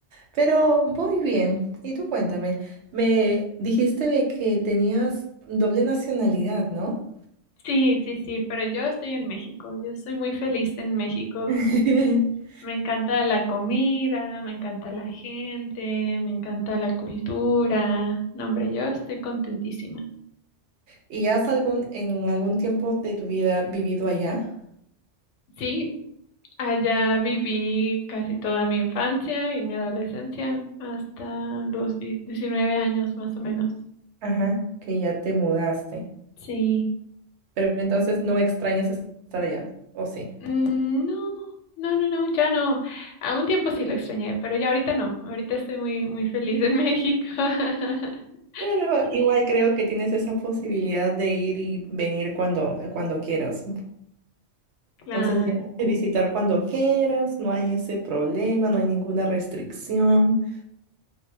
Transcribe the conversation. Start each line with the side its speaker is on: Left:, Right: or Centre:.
Right: pero voy bien. Y tú cuéntame, me dijiste de que tenías doble nacionalidad, ¿no?
Left: Sí, sí, sí, pero yo estoy en México, yo soy muy feliz en México.
Right: <laughs>
Left: Me encanta la comida, me encanta la gente, me encanta la cultura. No, hombre, yo estoy contentísima.
Right: ¿Y has algún, en algún tiempo de tu vida vivido allá?
Left: Sí, Allá viví casi toda mi infancia y mi adolescencia, hasta los die- 19 años más o menos.
Right: Ajá, que ya te mudaste.
Left: Sí.
Right: Pero entonces no extrañas estar allá, ¿o sí?
Left: Mm, No, no, no, no, ya no. A un tiempo sí lo extrañé, pero ya ahorita no. Ahorita estoy muy, muy feliz en México. <laughs>
Right: Pero igual creo que tienes esa posibilidad de ir y venir cuando, cuando quieras.
Left: Claro,
Right: Entonces ya puedes visitar cuando quieras, no hay ese problema, no hay ninguna restricción.